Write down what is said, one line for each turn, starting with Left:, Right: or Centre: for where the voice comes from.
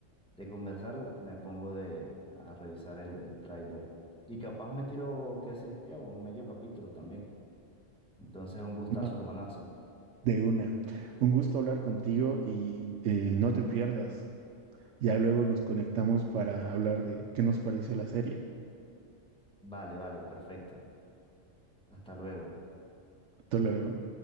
Centre: de conversar, me pongo de, a revisar el, el tráiler. Y capaz me tiro, qué sé yo, un medio capítulo también. Entonces, un gustazo,
Right: No.
Centre: hermanazo.
Right: De una. Un gusto hablar contigo y eh, no te pierdas. Ya luego nos conectamos para hablar de qué nos pareció la serie.
Centre: Vale, vale, perfecto. Hasta luego.
Right: Hasta luego.